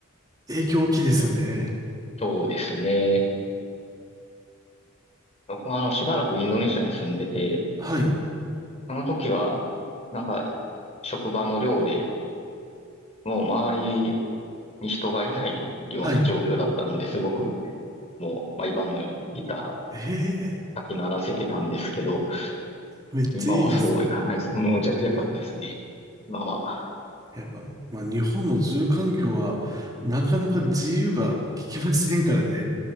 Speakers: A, on the right; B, on the left.
A: 影響大きいですよね。
B: そうですね。僕はあの、しばらくインドネシアに住んでて、
A: はい、
B: その時は、なんか、職場の寮で、もう周りに人がいないような状況だったので、
A: はい。
B: すごく、もう毎晩のようにギタ
A: ええ、
B: ーかき鳴らせてたんですけど、
A: めっちゃいいですね。
B: 今はそうはいかないですね。もうむちゃくちゃ良かったですね。まあまあ、
A: やっぱ、まあ日本の住環境はなかなか自由が利きませんからね。